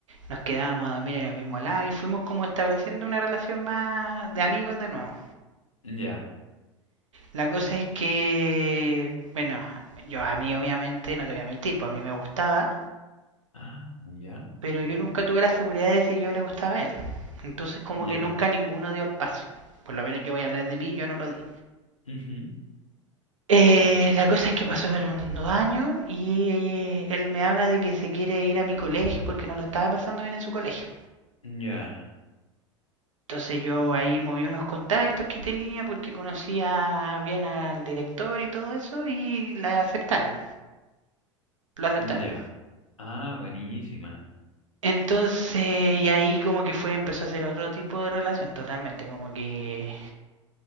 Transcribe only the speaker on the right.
Nos quedábamos a dormir en el mismo lado y fuimos como estableciendo una relación más de amigos de nuevo.
La cosa es que, bueno, yo a mí obviamente, no te voy a mentir, pues a mí me gustaba,
pero yo nunca tuve la seguridad de si yo le gustaba a él. Entonces como
que nunca ninguno dio el paso. Por lo menos yo voy a hablar de mí, yo no lo di.
Eh, la cosa es que pasaron dos años y eh, él me habla de que se quiere ir a mi colegio porque no lo estaba pasando bien en su colegio.
Entonces yo ahí moví unos contactos que tenía porque conocía bien al director y todo eso y la aceptaron, lo aceptaron.
Entonces, y ahí como que fue, empezó a ser otro tipo de relación totalmente, como que